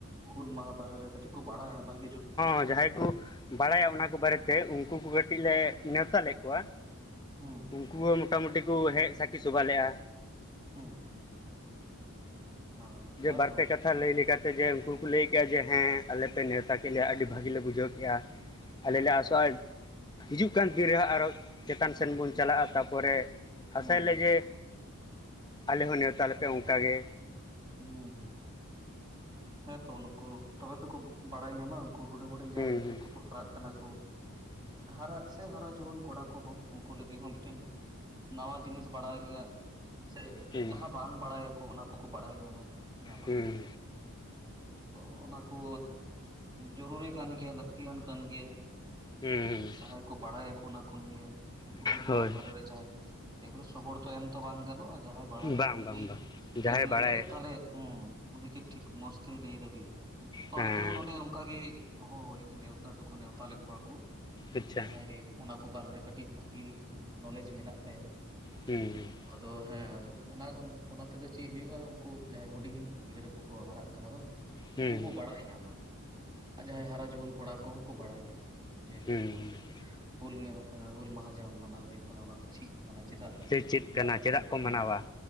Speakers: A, on the right; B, on the left.
A: ᱦᱩᱞ ᱢᱟᱦᱟ ᱵᱟᱨᱮ ᱨᱮ ᱠᱟᱹᱴᱤᱡ ᱠᱚ ᱵᱟᱲᱟᱭᱟ ᱵᱷᱟᱜᱤ ᱡᱩᱛ ᱛᱮ ᱾
B: ᱡᱟᱸᱦᱟᱸᱭ ᱠᱩ ᱵᱟᱲᱟᱭᱟ ᱚᱱᱟ ᱠᱚ ᱵᱟᱨᱮᱛᱮ ᱩᱱᱠᱩ ᱠᱩ ᱠᱟᱴᱤᱡ ᱞᱮ ᱱᱮᱶᱛᱟ ᱞᱮᱫ ᱠᱚᱣᱟ
A: ᱦᱩᱸ
B: ᱩᱱᱠᱩ ᱦᱚᱸ ᱢᱚᱴᱟ ᱢᱩᱴᱤ ᱠᱚ ᱦᱮᱡ ᱥᱟᱠᱷᱤ ᱥᱚᱵᱷᱟ ᱞᱮᱜᱼᱟ
A: ᱦᱩᱸ ᱚ
B: ᱡᱮ
A: ᱦᱮᱸᱛᱚ
B: ᱵᱟᱨ ᱯᱮ ᱠᱟᱛᱷᱟ ᱞᱟᱹᱭ ᱞᱮᱠᱟᱛᱮ ᱡᱮ ᱩᱱᱠᱩ ᱠᱩ ᱞᱟᱹᱭ ᱠᱮᱜᱼᱟ ᱡᱮ ᱦᱮᱸ ᱟᱞᱮ ᱯᱮ ᱱᱮᱣᱛᱟ ᱠᱮᱫ ᱞᱮᱭᱟ ᱟᱹᱰᱤ ᱵᱷᱟᱹᱜᱤᱮ ᱞᱮ ᱵᱩᱡᱷᱟᱹᱣ ᱠᱮᱜᱼᱟ ᱟᱞᱮ ᱞᱮ
A: ᱦᱳᱭ
B: ᱟᱥᱚᱜᱼᱟ
A: ᱦᱳᱭ
B: ᱦᱤᱡᱩᱜ ᱠᱟᱱ ᱫᱤᱱ ᱨᱮᱦᱚᱸ ᱟᱨᱚ ᱪᱮᱛᱟᱱ ᱥᱮᱱ ᱵᱚᱱ ᱪᱟᱞᱟᱜᱼᱟ ᱛᱟᱯᱚᱨᱮ
A: ᱦᱩᱸ
B: ᱟᱥᱟᱭᱟᱞᱮ ᱡᱮ ᱟᱞᱮ ᱦᱚᱸ ᱱᱮᱶᱛᱟ ᱞᱮᱯᱮ ᱚᱱᱠᱟᱜᱮ
A: ᱦᱩᱸ ᱦᱩᱸ ᱦᱮᱸᱛᱚ ᱱᱩᱠᱩ ᱛᱚᱵᱮ ᱛᱚᱠᱩ ᱵᱟᱲᱟᱭ ᱧᱟᱢᱟ ᱩᱱᱠᱩ ᱦᱩᱰᱤᱧ ᱦᱩᱰᱤᱧ ᱡᱟᱦᱟᱸᱭ
B: ᱦᱩᱸ
A: ᱜᱤᱫᱽᱨᱟᱹ ᱠᱩᱠᱩ ᱦᱟᱨᱟᱜ ᱠᱟᱱᱟ ᱠᱚ ᱦᱟᱨᱟᱜ ᱥᱮ ᱦᱟᱨᱟ ᱡᱩᱣᱟᱹᱱ ᱠᱚᱲᱟ ᱠᱚᱸᱦᱚᱸ ᱩᱱᱠᱩ ᱞᱟᱹᱜᱤᱫ ᱦᱚᱸ ᱢᱤᱫᱴᱮᱱ ᱱᱟᱣᱟ ᱡᱤᱱᱤᱥ ᱵᱟᱲᱟᱭ ᱨᱮᱭᱟᱜ ᱥᱮ
B: ᱦᱩᱸ
A: ᱡᱟᱸᱦᱟᱸ ᱵᱟᱝ ᱵᱟᱲᱟᱭᱟᱠᱩ ᱚᱱᱟ ᱠᱚᱠᱚ ᱵᱟᱲᱟᱭ ᱧᱟᱢᱟ, ᱧᱟᱢᱟᱠᱩ
B: ᱦᱩᱸ
A: ᱾ ᱛᱚ ᱚᱱᱟ ᱠᱚ ᱡᱚᱨᱩᱨᱤ ᱠᱟᱱ ᱜᱮᱭᱟ, ᱞᱟᱹᱠᱛᱤᱭᱟᱱ ᱠᱟᱱ ᱜᱮᱭᱟ ᱾
B: ᱦᱩᱸ ᱦᱩᱸ
A: ᱡᱟᱦᱟᱸᱭ ᱠᱩ ᱵᱟᱲᱟᱭᱟᱠᱩ ᱚᱱᱟ ᱠᱚ ᱱᱤᱭᱮ ᱦᱩᱞ
B: ᱦᱳᱭ
A: ᱢᱟᱦᱟ ᱵᱟᱨᱮ ᱨᱮ ᱡᱟᱦᱟᱸᱭ ᱾ ᱮᱯᱚᱨᱮ ᱥᱚᱵᱚᱨᱛᱚ ᱮᱢ ᱛᱚ ᱵᱟᱝ ᱜᱟᱱᱚᱜᱼᱟ ᱡᱟᱦᱟᱸᱭ ᱵᱟᱲᱟᱭᱟ
B: ᱵᱟᱝ
A: ᱩᱱᱤᱜᱤ
B: ᱵᱟᱝ ᱵᱟᱝ ᱡᱟᱦᱟᱸᱭ
A: ᱮᱢ ᱞᱮᱱᱠᱷᱟᱡ
B: ᱵᱟᱲᱟᱭ
A: ᱛᱟᱦᱚᱞᱮ ᱦᱩᱸ ᱩᱱᱤᱜᱮ ᱴᱷᱤᱠ ᱢᱚᱸᱡᱽ ᱛᱮᱭ ᱞᱟᱹᱭ ᱫᱟᱲᱤᱭᱟᱜ-ᱟ ᱾ ᱛᱚ
B: ᱦᱮᱸ
A: ᱟᱞᱮ ᱴᱷᱮᱡ ᱦᱚᱸ ᱱᱚᱰᱮ ᱚᱱᱠᱟ ᱜᱤ ᱦᱚᱦᱚ ᱦᱩᱭ ᱱᱮᱣᱛᱟ ᱫᱚᱠᱚ ᱱᱮᱣᱛᱟ ᱞᱮᱫ ᱠᱚᱣᱟ ᱠᱩ
B: ᱟᱪᱪᱷᱟ
A: ᱡᱟᱸᱦᱟᱸᱭ ᱚᱱᱟ ᱠᱚ ᱵᱟᱨᱮ ᱨᱮ ᱠᱟᱹᱴᱤᱡ ᱵᱷᱟᱹᱜᱤ ᱱᱚᱞᱮᱡᱽ ᱢᱮᱱᱟᱜ ᱛᱟᱭᱟ
B: ᱦᱩᱸ ᱦᱩᱸ <inaudible>
A: ᱛᱚ ᱟᱫᱚ ᱦᱮᱸ ᱟᱫᱚ ᱚᱱᱟ ᱛᱮᱫᱚ ᱪᱮᱫ ᱦᱩᱭᱩᱜᱼᱟ ᱩᱱᱠᱩ ᱡᱟᱸᱦᱟᱸᱭ ᱦᱩᱰᱤᱧ ᱜᱤᱫᱽᱨᱟᱹ ᱠᱩᱠᱚ ᱦᱟᱨᱟᱜ ᱠᱟᱱᱟ ᱵᱟᱝ
B: ᱦᱩᱸ ᱦᱩᱸ
A: ᱩᱱᱠᱩ ᱠᱚ ᱵᱟᱲᱟᱭ ᱧᱟᱢᱟ ᱟᱨ ᱡᱟᱦᱟᱸᱭ ᱦᱟᱨᱟ ᱡᱩᱣᱟᱹᱱ ᱠᱚᱲᱟ ᱠᱚᱦᱚᱸ ᱠᱚ ᱵᱟᱲᱟᱭ ᱧᱟᱢᱟ᱾ ᱡᱮ
B: ᱦᱩᱸ ᱦᱩᱸ
A: ᱟᱹᱠᱷᱤᱨ ᱦᱩᱞ ᱢᱟᱦᱟᱸ ᱦᱩᱞ ᱢᱟᱦᱟ ᱡᱟᱦᱟ ᱢᱟᱱᱟᱣ ᱦᱩᱭᱩᱜ ᱠᱟᱱᱟ, ᱚᱱᱟ ᱫᱚ ᱪᱤᱫ ᱠᱟᱱᱟ ᱪᱮᱫᱟᱜ?
B: ᱥᱮ ᱪᱮᱫ
A: ᱪᱮᱫᱟᱜ
B: ᱠᱟᱱᱟ
A: ᱠᱚ ᱠᱚ ᱵᱟᱫᱷᱟ
B: ᱢᱟᱱᱟᱣᱟ
A: ᱦᱮᱸᱮ